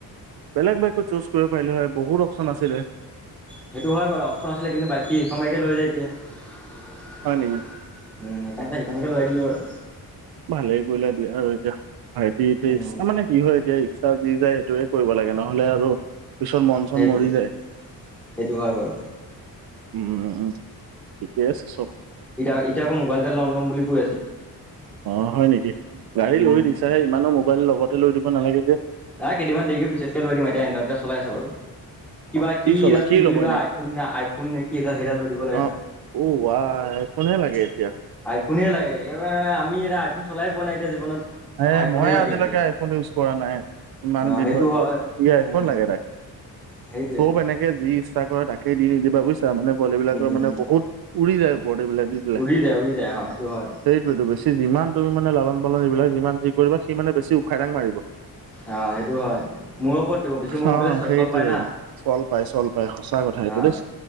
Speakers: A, on the right; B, in the centre.
A: বেলেগ বাইকো চুজ কৰিব পাৰিলে হয় বহুত অপচন আছিলে
B: সেইটো হয় বাৰু অপচন আছিলে কিন্তু বাইক সি এইখন বাইকে লয় যে এতিয়া উম সেইকাৰণে
A: হয় নেকি
B: সেইখনকে লোৱাই দিলো আৰু
A: ভালে কৰিলো দিয়া আৰু এতিয়া ভাইতি এতিয়া
B: উম
A: ই ৰিক্সা মানে কি হয় এতিয়া ই ৰিক্সা যি যায়। সেইয়ে কৰিব লাগে নহলে আৰু পিছৰ মন চন
B: সেইটোৱে
A: মৰি যায়
B: সেইটো হয় বাৰু।
A: উম উম ঠিকে আছে চব
B: এতিয়া এতিয়া আকৌ মোবাইল এটা ল'ম ল'ম বুলি কৈ আছে।
A: অ হয় নিকি গাড়ী
B: উম।
A: লৈ দিছাহে ইমানো মোবাইল লগতে লৈ দিব নালাগে দিয়া
B: নাই কেইদিনমান দেৰি পিছতকে লৈ দিম এতিয়া এ এয়া চলাই আছে বাৰু কিবা
A: অ
B: কি
A: চলা
B: এডাল কি
A: ল'ব
B: বুলি কয়
A: এনেই
B: আইফোন নে আইফোন নে কি এডাল সেইডাল লৈ দিব লাগে
A: অ
B: তাক
A: অ আ আইফোনহে লাগে এতিয়া
B: আইফোনে লাগে আমি এতি আইফোন চলাই পোৱা নাই। এতিয়া জীৱনত
A: এ,
B: আইফোনে
A: মইে
B: লাগে
A: আজিলৈকে
B: এতিয়া
A: আইফোন ইউজ কৰা নাই। ইমান
B: অ
A: দিন
B: সেইটো
A: হৈ
B: হয়
A: গ'ল ই আইফোন
B: উম
A: লাগে তাক
B: সেইটোৱে
A: চব এনেকে যি ইচ্ছা কৰে তাকে দি নিদিবা বুইছা <unintelligible> মানে পোৱালি বিিলাকৰ
B: উম উম।
A: মানে বহুত উৰি যায় পৰট বিলাক দি দিলে।
B: উৰি যায় উৰি যায় অ সেইটো হয়।
A: সেইটোৱেতো বেছি যিমান তুমি মানে লালন পালন এইবিলাক যিমান যি কৰিবা সি মানে বেছি উফাইদাং মাৰিব।
B: অ সেইটো হয় মূৰৰ ওপৰত বেছি
A: অ,
B: মৰম কৰিলে
A: সেইটোৱে
B: চল পায় না।
A: চল পাই চল পাই সঁচাক কথা এইটো
B: অ
A: দেই